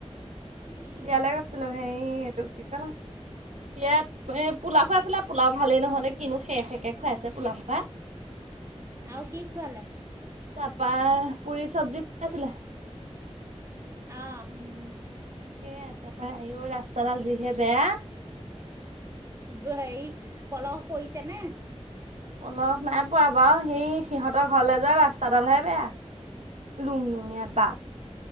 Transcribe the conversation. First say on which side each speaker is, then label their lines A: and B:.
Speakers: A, on the right; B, on the right.
A: এই
B: বিয়ালৈ গৈছিলো। হেই এইটো কি ক বিয়াত। এ পোলাও খোৱাইচিলে। পোলাও ভালেই নহলে কিনো শে, শে খুৱাইছে পোলাও খোপা।
A: আউ কি খুৱালে।
B: তাপা পুৰি চব্জি খুৱাইছিলে।
A: অ
B: স ন <unintelligible> সেইয়াই তাৰ পৰা হেৰি আও ৰাস্তাডাল যিহে। বেয়া
A: বোৰ হেয়ি পলস পৰিছে নে?
B: পলস নাই পোৱা বাৰু, হেৰি সিহঁতৰ ঘৰলে যোৱা ৰাস্তাডালহে বেয়া। লুং লুঙীয়া
A: অ
B: বাট,